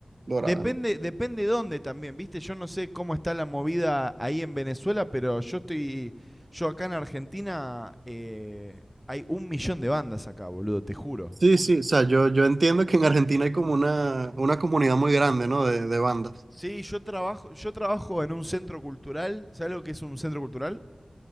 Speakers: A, on the right (about 55°); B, in the centre.
A: dorada,
B: Depende,
A: ¿no?
B: depende dónde también, ¿viste? Yo no sé cómo está la movida ahí en Venezuela, pero yo estoy... Yo acá en Argentina eh, hay un millón de bandas acá, boludo, te juro.
A: Sí, sí, o sea, yo, yo entiendo que en Argentina hay como una, una comunidad muy grande, ¿no? De, de bandas.
B: Sí, yo trabajo, yo trabajo en un centro cultural. ¿Sabes lo que es un centro cultural?